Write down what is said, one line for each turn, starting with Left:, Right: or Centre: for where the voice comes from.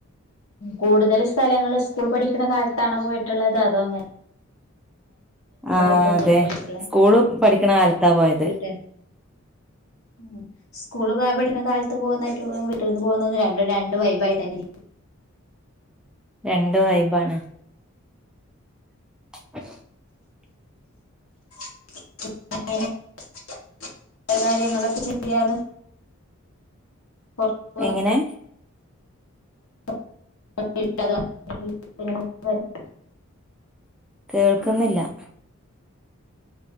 Left: കൂടുതൽ സ്ഥലങ്ങള് സ്കൂളിൽ പഠിക്കണകാലത്താണോ പോയിട്ടുള്ളത് അതോ ഇങ്ങനെ.
Centre: ആഹ്
Left: ഒപ്പ എന്തണോ
Centre: അതെ
Left: വീട്ടുള്ളെ
Centre: സ്കൂള് പഠിക്കണ കാലത്താ പോയത്
Left: വീട്ടേ. ഉം. സ്ക്കൂൾ പഠികുന്നകാലത്ത് പോകുന്ന ട്ടുറും വീട്ടിൽന്ന് പോകുന്ന രണ്ടും രണ്ടും വൈബായിട്ടായിരിക്കും.
Centre: രണ്ട്‌ വൈബാണ്. <unintelligible>
Left: <unintelligible> കാര്യങ്ങളൊക്കെ ചെയ്യാറ്. പുറത്ത്പൊ
Centre: എങ്ങനെ
Left: <unintelligible> <unintelligible>
Centre: കേൾക്കുന്നില്ല.